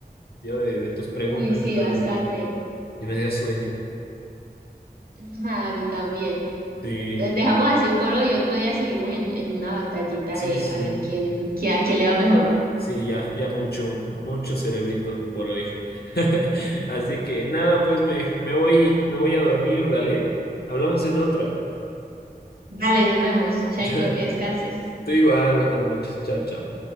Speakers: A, on the left; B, on the right.
A: yo de, de tus preguntas
B: uy, sí,
A: estoy
B: bastante.
A: de, y me dio sueño.
B: Ajá, A mí también.
A: Sí,
B: Entonces dejamos así por hoy. Otro día seguimos en, en una batallita
A: sí,
B: de
A: sí.
B: a ver quién, quién, a quién le va mejor.
A: Sí, ya, ya mucho, mucho cerebrito por hoy. <laughs> Así que nada, pues me, me voy, me voy a dormir, dale. Hablamos en otra.
B: Dale, nos vemos. Chaito,
A: <laughs>
B: que descanses.
A: Tú igual, buenas noches. Chao, chao.